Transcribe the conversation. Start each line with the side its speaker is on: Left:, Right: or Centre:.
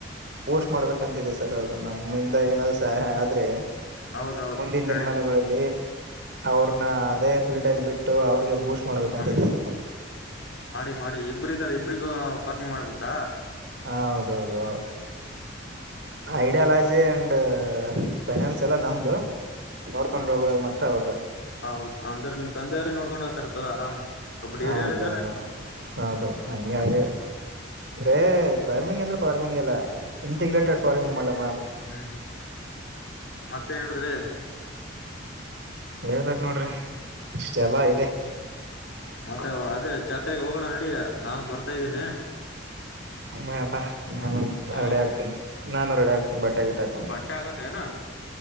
Right: ಬೂಸ್ಟ್ ಮಾಡ್ಬೇಕಂತಿದೆ ಸರ್ ಅವರು ನಮ್ಮಿಂದ ಏನಾದ್ರು ಸಹಾಯ ಆದ್ರೆ.
Left: ಹೌದೌದು
Right: ಮುಂದಿನ
Left: ನಡಿ
Right: ದಿನಮನಗಳಲ್ಲಿ. ಅವ್ರನ್ನ ಅದೇ ಫೀಲ್ಡ್ ಲ್ಲಿ ಬಿಟ್ಟು ಅವ್ರಿಗೆ ಬೂಸ್ಟ್. ಮಾಡ್ಬೇಕಂತ
Left: ಹ,
Right: ಇದಿವಿ ಸಾರ್ ನಾವು.
Left: ಮಾಡಿ ಇಬ್ಬರು ಇದ್ದಾರೆ ಇಬ್ರಿಗೂ ಫಾರ್ಮಿಂಗ್ ಮಾಡ್ಬೇಕು. ಕ
Right: ಹ ಹೌದು <unintelligible> ಐಡಿಯಾಲಜಿ ಅಂಡ್ ಫೈನಾನ್ಸ್ ಎಲ್ಲ ನಮ್ದು ನೋಡ್ಕೊಂಡ್ ಹೋಗದು ಮಾತ್ರ ಅವ್ರದು.
Left: ಹೌದ್ ಅಂದ್ರೆ ನಿನ್ ತಂದೆಯವ್ರೇ ನೋಡ್ಕೊಂಡ್ ಹೋಗತಾರ ತೊಗೋ ಆರಾಮ್. ಒಬ್ರು
Right: ಹೌದೌದು
Left: ಹಿರಿಯರ್ ಇದ್ರ
Right: ಹೌದು ಹಂಗ ಹಾಗೆ ಅಂದ್ರೆ ಫಾರ್ಮಿಂಗ್ ಅಂದ್ರೆ ಫಾರ್ಮಿಂಗ್ ಅಲ್ಲ ಇಂಟಿಗ್ರೇಟೆಡ್ ಫಾರ್ಮಿಂಗ್ ಮಾಡಲ
Left: ಹ್ಮ್ ಮತ್ತೇನ್ ನಡೆದದ್ರಿ.
Right: ಹೇಳ್ಬೇಕ ನೋಡ್ರಿ ಇಷ್ಟೆಲ್ಲಾ ಇದೆ.
Left: ಮತ್ತೆ ಅದೇ ಜಾತ್ರೆಗೆ ಹೋಗೋಣ ನಡಿಯ ನಾನ್ ಬರ್ತಾ ಇದ್ದೀನಿ.
Right: ಬಾ ಬಾ ನಾನು
Left: ಹ
Right: ಅ ರೆಡೆ ಆಕ್ತೀನಿ. ನಾನು ರೆಡಿ ಆಗ ಬಟ್ಟಾಗಿಟ್ಟ ಹಾಕೊಂಡ
Left: ಬಟ್ಟೆ ಆಗತ್ತೇನ